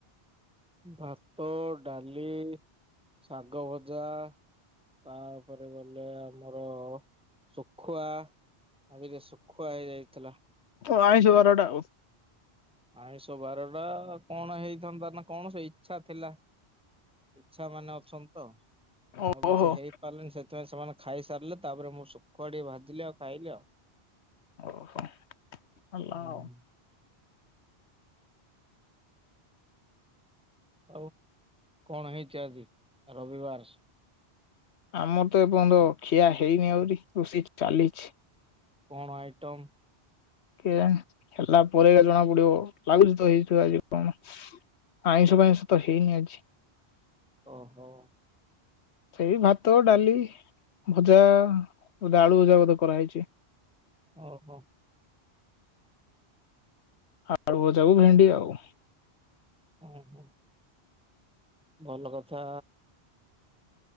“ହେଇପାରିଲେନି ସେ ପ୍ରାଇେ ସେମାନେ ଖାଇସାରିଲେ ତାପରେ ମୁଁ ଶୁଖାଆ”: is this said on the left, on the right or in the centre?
Centre